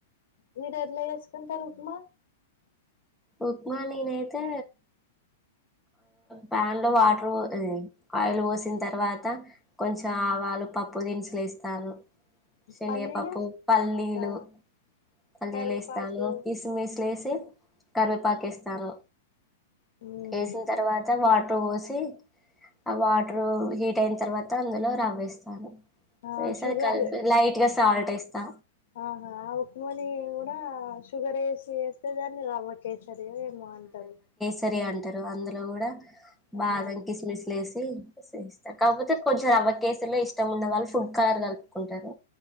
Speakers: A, on the left (about 65°); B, in the centre.
A: మీరు ఎట్లా చేసుకుంటారు, ఉప్మా
B: ఉప్మా నేను అయితే ప్యాన్ లో వాటర్ ఆయిల్ పోసిన తర్వాత కొంచం అవా అల్లా పప్పుదినుసులు వేస్తాను శనగపప్పు,
A: పల్లీలు
B: పల్లీలు
A: ఆ
B: పల్లీలు
A: కరివేపాకు
B: వేస్తాను, మీస్ మిస్ లెస్ కరివేపాకిస్తాను
A: ఉమ్
B: వేసిన తర్వాత వా వాటర్ పోసి ఆ వాటరు హీట్ అయిన తర్వాత అందులో రవ్వేస్తాను,
A: ఆ
B: వేసి
A: షుగర్
B: అది కలిపి లైట్ గా సాల్ట్ వేస్తా
A: ఆహా ఆ ఉప్మాని కూడా షుగర్ వేసి వేస్తే దాన్ని రాబట్టి కేసరి ఏమో అంటారు.
B: సరే అంటారు అందులో కూడా
A: ఆహా
B: బాదం కిస్మిస్ లేసి స్తారు కాకపోతే కొంచెం రవ్వకేసులో ఇష్టం ఉన్న వాళ్ళు ఫుడ్ కలర్ కలుపుకుంటారు